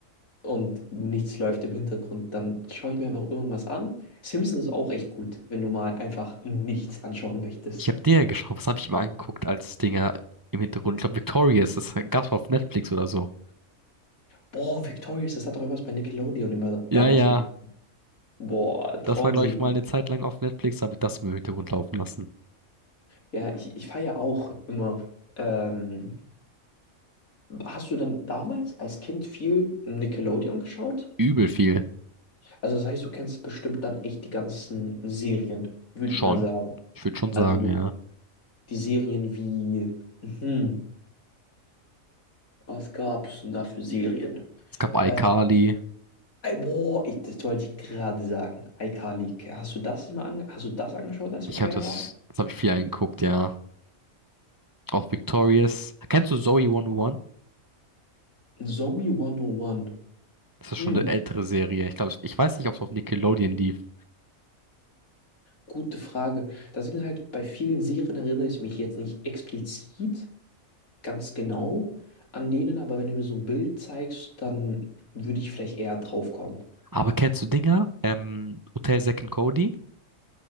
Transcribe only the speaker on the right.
Ich habe Dinger geschaut, was habe ich mir angeguckt als Dinger im Hintergrund? Ich glaube, Victorious, das gab's mal auf Netflix oder so.
Ja,
ja.
Das war, glaube ich, mal eine Zeit lang auf Netflix, habe ich das im Hintergrund laufen lassen.
Übel viel.
Schon.
Ich würde schon sagen,
ja.
Es gab iCarly.
Ich
habe das,
das habe ich viel angeguckt, ja. Auch Victorious. Kennst du Zoey 101?
Das ist
schon eine ältere Serie. Ich glaube, ich ich weiß nicht, ob es auf Nickelodeon lief.
Aber kennst du Dinger? Ähm, Hotel Zack and Cody?